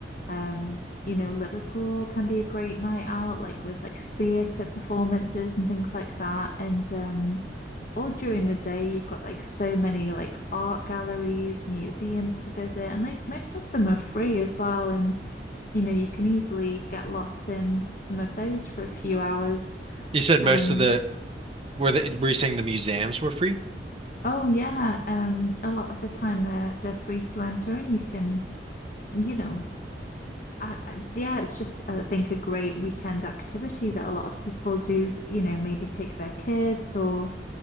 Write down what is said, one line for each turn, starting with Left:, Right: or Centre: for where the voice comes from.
Left: Um, you know, Liverpool can be a great night out, like with like theatre performances and things like that. And um, all during the day, you've got like so many like art galleries, museums to visit, and like most of them are free as well. And you know, you can easily get lost in some of those for a few hours.
Right: You said most
Left: Um,
Right: of the were the were you saying the museums were free?
Left: oh yeah, um, a lot of the time they're they're free to enter, and you can, you know, I, I- yeah, it's just, I think, a great weekend activity that a lot of people do, you know, maybe take their kids or,